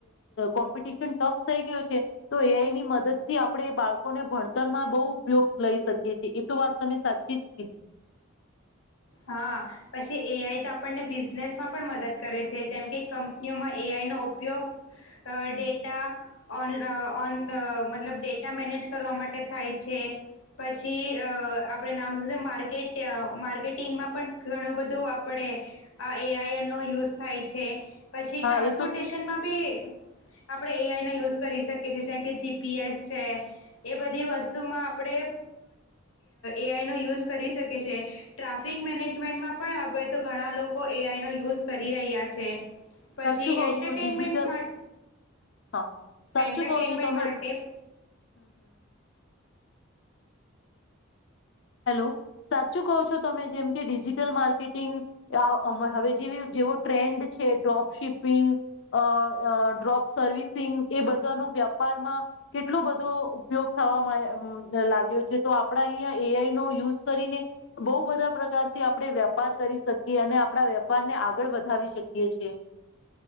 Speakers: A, on the left; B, on the left.
A: કોમ્પ ટફ થઈ ગયો છે. તો એઆઈ ની મદદ થી આપણે બાળકોને ભણતરમાં બહુ ઉપયોગ લઈ શકીએ છીએ એ તો વાત તમે સાચી જ કીધી
B: હા પછી એઆઈ તો આપણને બિઝનેસમાં પણ મદદ કરે છે. જેમ કે કંપનીઓમાં એઆઈનો ઉપયોગ ડેટા ઓન ઓન મતલબ ડેટા મેનેજ કરવા માટે થાય છે પછી અ આપણે નામ શ માર્કેટ માર્કે ટિંગમાં પણ ઘણું બધું આપણેે આ એઆઈ નો યુઝ થાય છે. પછી
A: હા
B: ટ્રાન્સપોર્ટેશનમાં
A: એ તો
B: બી આપડે એઆઈ નો યુઝ કરી શકી છએ જેમ કે જીપીએસ છે એ બધી વસ્તુમાં આપણે એઆઈ નો યુઝ કરી શકીએ છે. ટ્રાફિક મેનેજમેન્ટમાં પણ હવે તો ઘણા લોકો એ આઈનો યુઝ કરી રહ્યા છે. પછી
A: સાચું કહો
B: એન્ટરટેનમેન્ટ
A: છો ડિજિટલ
B: માં
A: હા સાચું
B: એન્ટરટેનમેન્ટ
A: કહો છો તમે
B: માટે
A: હમ હમ હેલો સાચું કહો છો તમે જેમ કે ડિજિટલ માર્કેટિંગ હવે જેવી જેવો ટ્રેન્ડ છે ડ્રોપ શિપિંગ અ ડ્રોપ સર્વિસિંગ એ બધાનો વ્યાપારમાં કેટલો બધો ઉપયોગ થવા માં લાગ્યો છે તો આપડા અહીંયા એઆઈ નો યુઝ કરીને બહુ બધા પ્રકારથી આપણે વેપાર કરી શકીએ અને આપણા વેપાર ને આગળ વધાવી શકીએ છે.